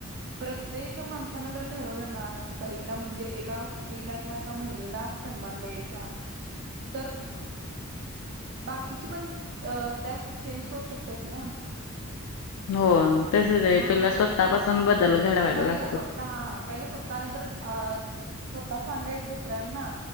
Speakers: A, on the right; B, on the left.
A: प्रत्येक माणसानं जर ठरवलं ना की पहिला म्हणजे एका स्त्रीला किंवा एका महिलेला सन्मान द्यायचा तर बाकीची पण त्यात चेंज करू शकतात ना.
B: हो तसच आहे
A: हां.
B: पहिला स्वतःपासून बदल घडवायला
A: पहिला
B: लागतो.
A: स्वतः हा पहिला स्वतःने तर अ स्वतः सांगायच दुसऱ्यांना.